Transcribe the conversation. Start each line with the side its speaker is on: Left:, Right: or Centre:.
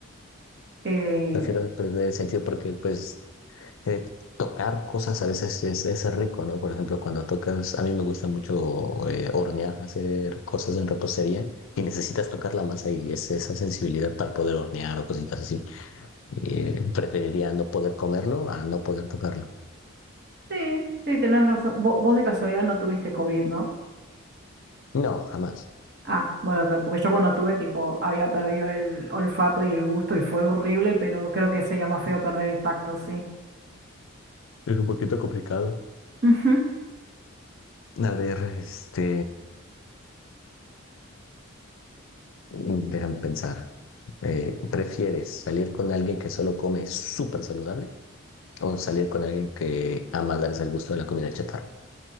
Right: Eh,
Left: Prefiero perder el sentido porque, pues, eh, tocar cosas a veces es, es rico, ¿no? Por ejemplo, cuando tocas, a mí me gusta mucho eh, hornear, hacer cosas en repostería y necesitas tocar la masa y es esa sensibilidad para poder hornear o cositas así. Eh, preferiría no poder comerlo a no poder tocarlo.
Right: sí, sí, tenés razón. Vo- vos de casualidad no tuviste COVID, ¿no?
Left: No, jamás.
Right: Ah, bueno, o sea, porque yo cuando tuve, tipo, había perdido el olfato y el gusto y fue horrible, pero creo que sería más feo perder el tacto, sí.
Left: Es un poquito complicado.
Right: Ujú.
Left: A ver, este, déjame pensar. Eh, ¿prefieres salir con alguien que solo come súper saludable O salir con alguien que ama darse el gusto de la comida chatarra.